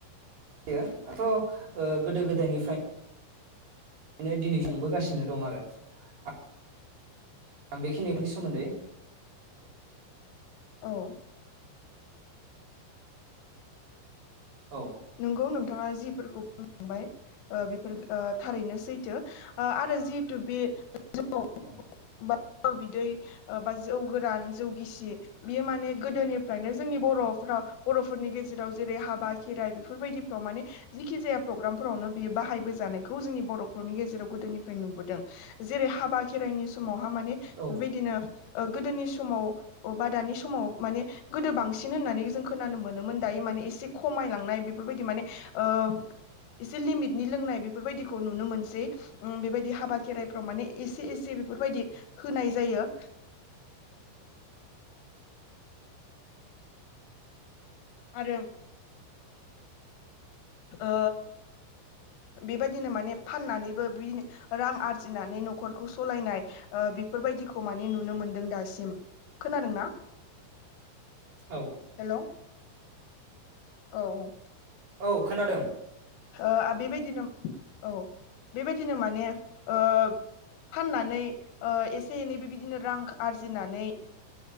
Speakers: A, on the right; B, on the left.
A: गैया दाथ' ओ गोदो गोदायनिफ्राय नै दिनै संबोगासिनो दं आरो आ आं बेखिनिनि सोमोन्दै <inaudible>
B: औ।
A: औ
B: नंगौ नोंथाङा जिफोरखौ बुंबाय ओ बेफोर ओ थारैनो सैथो ओ आरो जिहेथु बे <unintelligible>
A: <unintelligible>
B: बा जौ बिदै बा जौ गोरान जौ गिसि बियो माने गोदोनिफ्रायनो जोंनि बरफ्राव बरफोरनि गेजेराव जेरै हाबा खेराइ बेफोरबायदिफ्राव माने जेखि जाया प्रग्रामफोरावनो बियो बाहायबोजानायखौ जोंनि बर'फोरनि गेजेराव गोदोनिफ्राय नुबोदों जेरै हाबा खेराइनि समाव हा माने
A: औ
B: बेबायदिनो ओ गोदोनि समाव अबा दानि समाव माने गोदो बांसिन होननानै जों खोनानो मोन मोन दायो माने इसे ख खमायलांनाय बेफोरबायदि माने ओ एसे लिमिटनि लोंनाय बेफोरबायदिखौ नुनो मोनसै उम बेबायदि हाबा खेराइफ्राव माने एसे एसे बेफोरबायदि होनाय जायो। <inaudible> आरो ओ बेबायदिनो माने फाननानैबो बिदिनो रां आरजिनानै नखरखौ सालायनाय ओ बेफोरबायदिखौ माने नुनो मोनदों दासिम खोनादोंना?
A: औ
B: हेल' औ औ औ
A: औ खोनादों।
B: ओ बेबायदिनो औ बेबायदिनो माने ओ फाननानै एसे एनै बेबायदिनो रां आरजिनानै